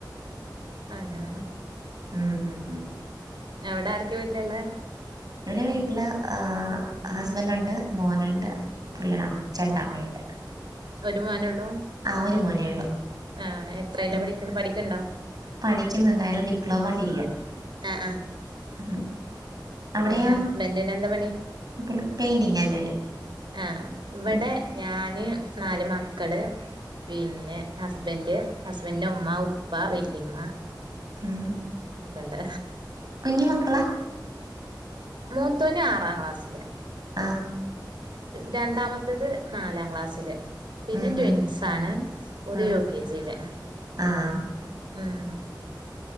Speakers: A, on the right (about 80°); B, on the right (about 55°).
A: അങ്ങനെ
B: മ് മ് ഉ
A: അവ്ടെ ആരൊക്കെ വീട്ടിലുള്ളേ?
B: ഇവിടെ വീട്ടില് ഏഹ് ഹസ്ബൻറ് ഉണ്ട്, മോനുണ്ട്, പുള്ളീടെ അമ്മ ചേട്ടന്റെ അമ്മയ്ണ്ട്.
A: ഒരുമോനൊള്ളൂ
B: ആഹ് ഒരു മോനേ ഉള്ളൂ
A: ആഹ് എത്രേല
B: ഉം
A: പഠിക്ണെ പഠിക്ക്ണ്ടോ
B: പഠിക്കുന്നുണ്ട് അയാള് ഡിപ്ലോമ ചെയ്യാ
A: ആഹ് ആഹ്
B: ഉം അവിടെയോ
A: പിന്നെ ഹസ്ബൻഡിന് എന്താ പണി
B: <unintelligible> പെയിന്റിങ്ങാ ജോലി
A: ആ ഇവിടെ
B: ഉം
A: ഞാന് നാല് മക്കള് പിന്നെ ഹസ്ബൻന്റ് ഹസ്ബൻന്റി ന്റെ ഉമ്മ ഉപ്പ വല്ലിമ്മ.
B: മ്മ്ഹ്ഹ്
A: ഒക്കെണ്ട്
B: കുഞ്ഞിമക്കള
A: മൂത്തോന് ആറാം ക്ലാസ്സില്
B: ആഹ്
A: രണ്ടാമത്തേത് നാലാം ക്ലാസ്സില് പിന്നെ
B: ഉം
A: ട്വിൻസ്
B: ഉം
A: ആണ് ഓര്
B: ആഹ്
A: യു കെ ജില്
B: ആഹ്
A: ഉം